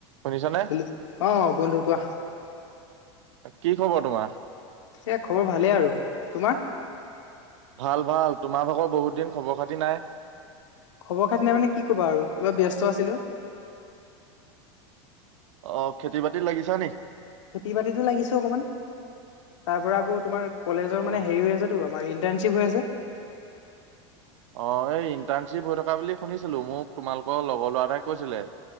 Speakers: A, on the right (about 80°); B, on the left (about 80°).
A: শুনিছানে
B: হেল্ল' অ বন্ধু কোৱা।
A: কি খবৰ তোমাৰ?
B: এ খবৰ ভালেই আৰু। তোমাৰ?
A: ভাল ভাল তোমাৰ ভাগৰ বহুত দিন খবৰ খাতি নাই।
B: খবৰ খাতি ন মানে কি ক'বা আৰু অলপ ব্যস্ত আছিলো।
A: অ খেতি বাতি লাগিছা নি?
B: খেতি বাতিতো লাগিছ অকমান। তাৰ পৰা আকৌ তোমাৰ কলেজৰ
A: অ
B: মানে হেৰি হৈ আছেতো তমাৰ ইণ্টাণৰ্শ্বিপ হৈ আছে।
A: অ এই ইণ্টাৰ্ণশ্বিপ হৈ থকা বুলি শুনিছিলো মোক তোমালোকৰ লগৰ ল'ৰা এটাই কৈছিলে।